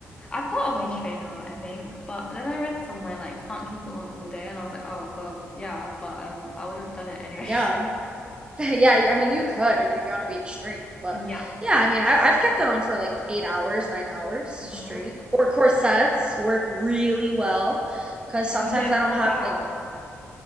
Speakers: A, on the left (about 20°); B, on the right (about 20°).
A: I've got a waist trainer, I think, but then I read somewhere like you can't keep it on all day, and I was like, oh well, yeah, but um, I would have done it anyway.
B: Yeah. <laughs> Yeah, I mean you could. I mean if you want to be extreme, but
A: <laughs> yeah,
B: yeah, I mean I, I've kept it on for like eight hours, nine hours straight.
A: nice.
B: Or corsets work really well, because sometimes
A: And you don't
B: I
A: pass
B: don't have
A: out.
B: like